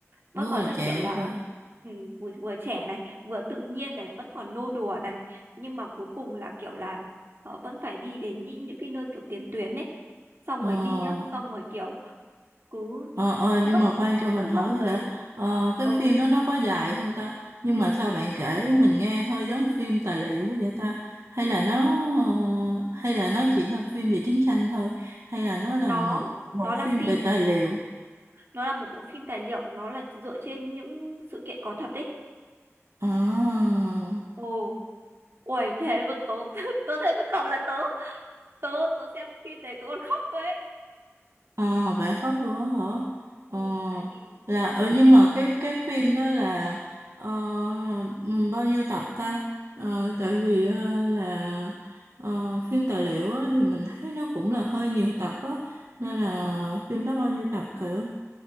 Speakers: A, on the right; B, on the right.
A: vẫn
B: rất
A: còn
B: là
A: rất
B: trẻ
A: kiểu là
B: và...
A: ừ, vừa, vừa trẻ này vừa tự nhiên này vẫn còn nô đùa này nhưng mà cuối cùng là kiểu là ờ, vẫn phải đi đến những những cái nơi kiểu tiền tuyến ấy xong
B: ờ,
A: rồi đi nhá xong rồi kiểu cứ
B: Ờ, ờ,
A: lớp
B: nhưng mà khoan cho mình
A: lớp
B: hỏi
A: người
B: cái đã
A: L-
B: ờ, cái
A: ừ,
B: phim đó nó có dài không ta nhưng mà sao bạn kể mình nghe hơi giống phim tài liệu quá vậy ta hay là nó ờ, hay là nó chỉ là phim về chiến tranh thôi hay là nó là
A: nó
B: một một
A: nó là
B: phim
A: phim
B: về tài liệu
A: nó là một bộ phim tài liệu nó là dựa trên những sự kiện có thật ấy
B: à
A: ồ uầy thế mà tớ <laughs> tớ thấy với cậu là tớ tớ tớ xem phim đấy tớ còn khóc cơ ấy
B: Ờ vậy khóc luôn á hả?
A: ồ
B: Ờ
A: tại vì
B: là ờ
A: tại vì
B: nhưng mà
A: kiểu
B: cái cái phim đó là ờ, ừm, bao nhiêu tập ta? Ờ, tại vì ờ, là ờ, phim tài liệu á, thì mình thấy nó cũng là hơi nhiều tập á nên là
A: không
B: phim đó bao nhiêu tập kiểu?